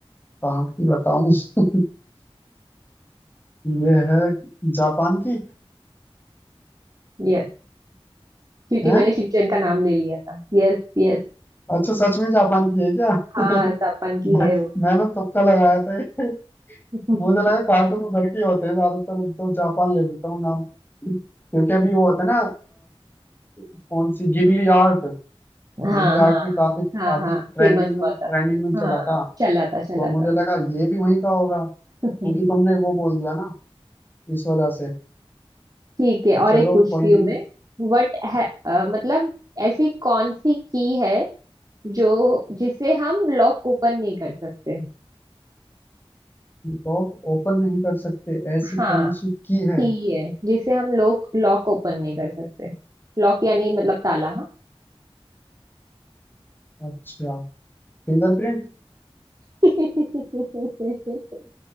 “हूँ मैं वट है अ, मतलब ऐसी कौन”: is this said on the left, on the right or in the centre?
Right